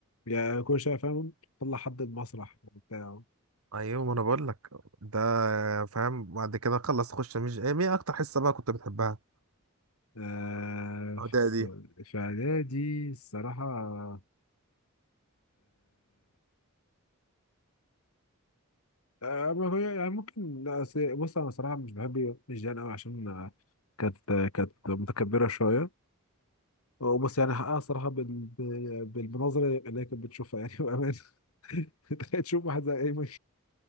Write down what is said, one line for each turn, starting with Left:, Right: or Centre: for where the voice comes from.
Left: يعني كل شويه فاهم طلع حد المسرح وبتاع
Right: ايوه ما انا بقول لك ده فاهم بعد كده خلص خش مش ايه مين اكتر حصه بقى كنت بتحبها
Left: آه.
Right: العداء
Left: في الس-
Right: دي
Left: في اعدادي الصراحه آه. آه. ما هو يعني ممكن لا، أصل- بص انا صراحه مش بحب الجيران قوي عشان آه، كانت كانت متكبره شويه وبص يعني حقها صراحه بال... بال- بالمناظر اللي هي كانت بتشوفها يعني <laughs> بامان <laughs> تخيل تشوف واحد زي ايمن